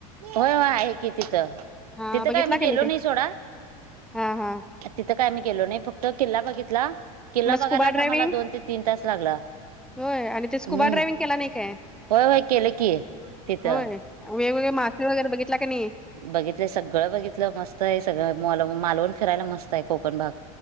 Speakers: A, on the right; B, in the centre.
A: होय आहे की तिथं
B: हा
A: तिथं
B: बघितला
A: काय म्ही
B: का
A: गेलो
B: ते
A: नाही सोडा
B: हा हा
A: तिथं काय मी गेलो नाही फक्त किल्ला बघितला किल्ला
B: मग
A: बघायलाच
B: स्कुबा ड्रायव्हिंग
A: आम्हाला दोन ते तीन तास लागला
B: होय आणि ते स्कुबा
A: हम्म
B: ड्रायव्हिंग केला नाही काय
A: होय होय केलं की तिथं
B: होय वेगवेगळे मासे वगैरे बघितला का नाही
A: बघितलं सगळं बघितलं मस्त आहे सगळंल मालवण फिरायला मस्त आहे कोकण भाग